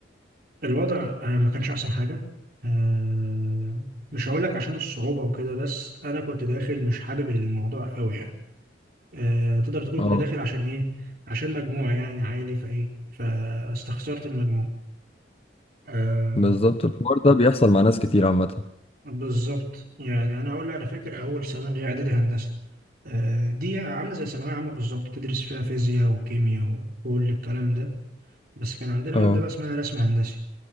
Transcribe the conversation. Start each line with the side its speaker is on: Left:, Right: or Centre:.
Right: الوضع آه، ما كانش أحسن حاجة آه، مش هقولك عشان الصعوبة وكده بس أنا كنت داخل مش حابب الموضوع أوي يعني آه، تقدر تقول
Left: اه
Right: كنت داخل عشان إيه عشان مجموع يعني عالي فإيه فاستخسرت المجموع آه،
Left: بالظبط الحوار ده بيحصل مع ناس كتير عامة
Right: بالظبط يعني انا اقول انا فاكر اول سنه اللي هي اعدادي هندسه آه، دي عامله زي ثانويه عامه بالظبط تدرس فيها فيزياء وكيمياء وكل الكلام ده بس كان عندنا
Left: اه
Right: ماده بقى اسمها رسم هندسي